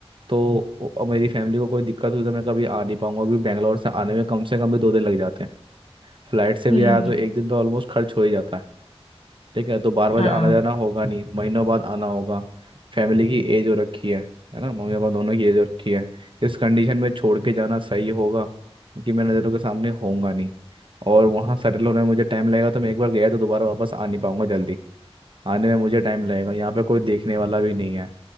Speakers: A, on the right; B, on the left.
A: तो वो- और मेरी फैमिली को कोई दिक्कत हुई तो मैं कभी आ नहीं पाऊंगा क्योंकि बैंगलोर से आने में कम से कम भी दो दिन लग जाते हैं फ्लाइट से
B: हम्म,
A: भी आया तो एक दिन तो ऑलमोस्ट खर्च हो ही जाता है ठीक है तो बार बार
B: हाँ
A: आना जाना होगा नहीं महीनों बाद आना होगा फैमिली की एज हो रखी है है ना मम्मी पापा दोनों की एज हो रखी है इस कंडीशन में छोड़ के जाना सही होगा क्योंकि मैं नज़रों के सामने होऊंगा नहीं और वहाँ सेटल होने में मुझे टाइम लगेगा तो मैं एक बार गया तो दोबारा वापस आ नहीं पाऊंगा जल्दी आने में मुझे टाइम
B: हम्म
A: लगेगा यहाँ पे कोई देखने वाला भी नहीं है